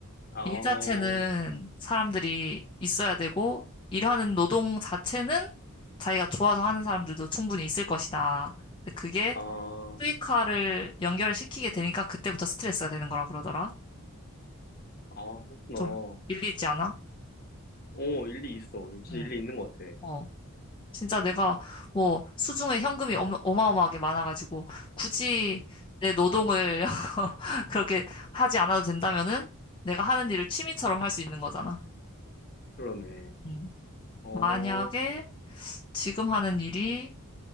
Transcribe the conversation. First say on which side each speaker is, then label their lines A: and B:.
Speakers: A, on the left; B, on the left.
A: 아, 어,
B: 일 자체는 사람들이 있어야 되고, 일하는 노동 자체는 자기가 좋아서 하는 사람들도 충분히 있을 것이다. 근데 그게
A: 아,
B: 수익화를 연결 시키게 되니까 그때부터 스트레스가 되는 거라 그러더라.
A: 아, 그렇구나.
B: 좀 일리 있지 않아?
A: 어, 일리 있어. 진짜
B: 응.
A: 일리 있는 것 같아.
B: 어. 진짜 내가 뭐 수중에 현금이 어마- 어마어마하게 많아가지고 굳이 내 노동을 <laughs> 그렇게 하지 않아도 된다면은 내가 하는 일을 취미처럼 할 수 있는 거잖아.
A: 그러네.
B: 음.
A: 어,
B: 만약에 지금 하는 일이